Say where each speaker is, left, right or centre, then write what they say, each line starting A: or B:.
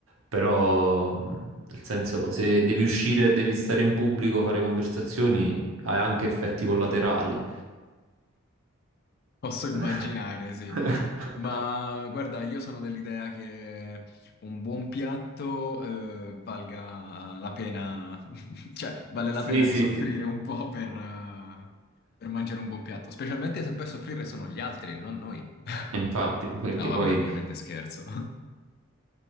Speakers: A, on the right (about 80°); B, on the left (about 50°).
A: però mh, nel senso se devi uscire e devi stare in pubblico, fare conversazioni, hai anche effetti collaterali.
B: posso immaginare,
A: <laughs>
B: sì. Ma guarda, io sono dell'idea che un buon piatto eh, valga la pena, <laughs> cioè vale la
A: Sì,
B: pena
A: sì,
B: di soffrire
A: sì.
B: un po' per, eh, per mangiare un buon piatto, specialmente se poi a soffrire sono gli altri e non noi. <laughs>
A: Infatti, perché
B: No, vabbè,
A: poi...
B: ovviamente scherzo.